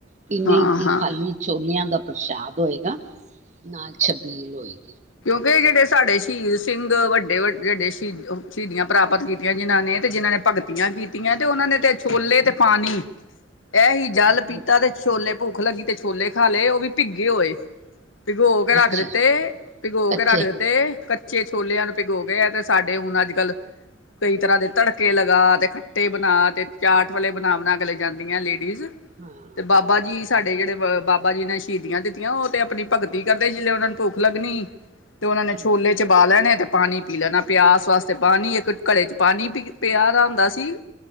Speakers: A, on the right; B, on the left.
A: ਕਿ ਨਹੀਂ
B: ਹਾਂ
A: ਕੀ
B: ਹਾਂ
A: ਖਾਲੀ ਛੋਲਿਆਂ ਦਾ ਪ੍ਰਸ਼ਾਦ ਹੋਏਗਾ। ਨਾਲ ਛੱਬੀਲ ਹੋਏਗੀ।
B: ਵੀ ਜਿਹੜੇ ਸਾਡੇ ਸ਼ਹੀਦ ਸਿੰਘ ਵੱਡੇ ਵੱਡੇ ਜਿਹਡੇ ਸ਼ਹੀ ਸ਼ਹੀਦੀਆਂ ਪ੍ਰਾਪਤ ਕੀਤੀਆਂ, ਜਿਨਾਂ ਨੇ ਤੇ ਜਿਨਾਂ ਨੇ ਭਗਤੀਆਂ ਕੀਤੀਆਂ ਤੇ ਉਹਨਾਂ ਨੇ ਤੇ ਛੋਲੇ ਤੇ ਪਾਣੀ ਇਹ ਹੀ ਜਲ
A: ਹਾਂਜੀ
B: ਪੀਤਾ ਤੇ ਛੋਲੇ ਭੁੱਖ ਲੱਗੀ ਤੇ ਛੋਲੇ ਖਾ ਲਏ, ਉਹ ਵੀ ਭਿੱਗੇ ਹੋਏ। ਪਿਗੋ ਕੇ ਰੱਖ
A: ਅੱਛਾ
B: ਦਿੱਤੇ, ਪਿਗੋ
A: ਕੱਚੇ
B: ਕੇ ਰੱਖ ਦਿੱਤੇ ਕ ਕੱਚੇ ਛੋਲਿਆਂ ਨੂੰ ਭਿਗੋ ਗਏ ਹੈ, ਤੇ ਸਾਡੇ ਹੁਣ ਅੱਜ ਕੱਲ ਕਈ ਤਰ੍ਹਾਂ ਦੇ ਤੜਕੇ ਲਗਾ ਤੇ ਖੱਟੇ ਬਣਾ ਤੇ ਚਾਟ ਵਾਲੇ ਬਣਾ- ਬਣਾ ਕੇ ਲੈ ਜਾਂਦੀਆਂ ਨੇ ਲੇਡ
A: ਹਾਂ-ਹਾਂ
B: ਤੇ
A: ਥੋੜੇ
B: ਬਾਬਾ ਜੀ ਸਾਡੇ
A: ਜੇ
B: ਜਿਹੜੇ ਬਾਬਾ ਜੀ ਨੇ ਸ਼ਹੀਦੀਆਂ ਦਿੱਤੀਆਂ ਉਹ ਤੇ ਆਪਣੀ ਭਗਤੀ ਕਰਦੇ ਜਿਸ ਵੇਲੇ ਉਹਨਾ ਨੂੰ ਭੁੱਖ ਲੱਗਣੀ ਤੇ ਉਹਨਾਂ ਨੇ
A: ਹਾਂਜੀ,
B: ਛੋਲੇ ਚਬਾ ਲੈਣੇ ਤੇ ਪਾਣੀ ਪੀ ਲੈਣਾ ਪਿਆਸ ਵਾਸਤੇ ਪਾਣੀ ਇੱਕ ਘੜੇ 'ਚ ਪਾਣੀ ਪੀ ਪਿਆ ਦਾ ਹੁੰਦਾ ਸੀ।